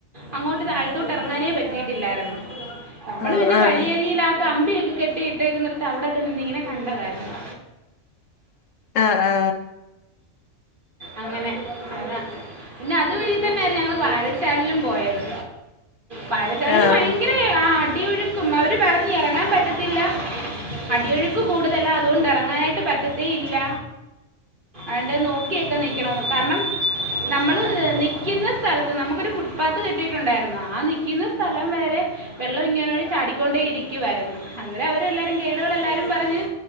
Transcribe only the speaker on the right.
അങ്ങോട്ട് താഴത്തോട്ട് ഇറങ്ങാനേ പറ്റിയിട്ടില്ലായിരുന്ന് നമ്മള്
പിന്നെ
വഴിയരിയില് ആ കമ്പിയൊക്കെ കെട്ടിയിട്ടേക്കുന്നടത്ത് അവിടെ നിന്നിങ്ങനെ കണ്ടതായിരുന്ന്
അങ്ങനെ അതാ പിന്നെ അതുവഴി തന്നെ ഞങ്ങള് വാഴച്ചാലിലും പോയത് വാഴച്ചാലില്
ഭയങ്കര ആ അടിയൊഴു ക്കും അവര് പറഞ്ഞ് ഇറങ്ങാൻ പറ്റത്തില്ല അടിയൊഴുക്ക് കൂടുതലാണ് അതുകൊണ്ടിറങ്ങാനായിട്ട് പറ്റത്തേയില്ല ആണ്ട് നോക്കിയക്ക നിക്കണന്ന് കാരണം നമ്മള് നിക്കുന്ന സ്ഥലത്ത് നമുക്കൊരു ഫുട്പാത്ത് കിട്ടിയിട്ടുണ്ടായിരുന്നു ആ നിക്കുന്ന സ്ഥലം വരെ വെള്ളം ഇങ്ങനെ വേണ്ടി ചാടിക്കൊണ്ടേ ഇരിക്കുവാരുന്നു അന്നെരം അവരെല്ലാവരും ഗൈഡുകളെല്ലാവരും പറഞ്ഞ്